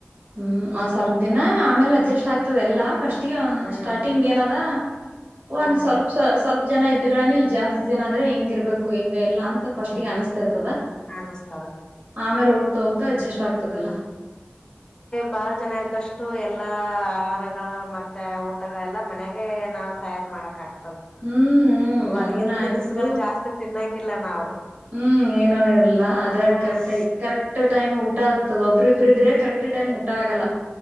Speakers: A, on the right; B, on the left.
A: ಹ್ಮ್ ಒಂದ್ ಸ್ವಲ್ಪ ದಿನ ಆಮೇಲೆ ಅಡ್ಜಸ್ಟ್ ಆಗ್ತದೆಲ್ಲ ಫಸ್ಟ್
B: ಹ್ಮ್
A: ಸ್ಟಾರ್ಟಿಂಗ್ ಏನದ ಬಂದ್
B: ಹ್ಮ್
A: ಸ್ವಲ್ ಸ್ವಲ್ಪ ಜನ ಇದ್ದಗಳನ್ ಇಲ್ ಜಾಸ್ತಿ ಜನ ಆದ್ರೆ ಹೆಂಗ ಇರ್ಬೇಕು ಹೆಂಗ ಇಲ್ಲ ಅಂತ
B: ಹ್ಮ್
A: ಫಸ್ಟ್ಗೆ ಅನಸ್ತಿರ್ತದ.
B: ಅನಸ್ತದ
A: ಆಮೇಲ್ ಹೋಗ್ತಾ ಹೋಗ್ತಾ ಅಡ್ಜಸ್ಟ್ ಆಗ್ತದೆಲ್ಲಾ.
B: ಬಹಳ ಜನ ಇದ್ದಷ್ಟು ಎಲ್ಲಾ ಆಹಾರಗಳು ಮತ್ತೆ ಊಟ ಎಲ್ಲ ಮನೆಗ ನಾವ್ ತಯಾರ್ ಮಾಡಕ್ ಆಕ್ತ ತದ
A: ಹ್ಮ್ ಹ್ಮ್
B: ಹೊರಗಿನ್
A: ಅದನ
B: ತಿನಿಸುಗಳ್
A: ಆಯ್ತು
B: ಜಾಸ್ತಿ ತಿನ್ನೊಂಗಿಲ್ಲ ನಾವು.
A: ಹ್ಮ್ ಏನ ಇರಲ್ಲಾ ಅದ್ರಗ್
B: ಹ್ಮ್
A: ಕರೆಕ್ಟ ಕರೆಕ್ಟ್ ಟೈಮ್ ಊಟ ಆಗ್ತದ ಒಬ್ರ ಇಬ್ಬರು ಇದ್ರೆ ಕರೆಕ್ಟ್ ಟೈಮ್ ಊಟ ಆಗಲ್ಲ.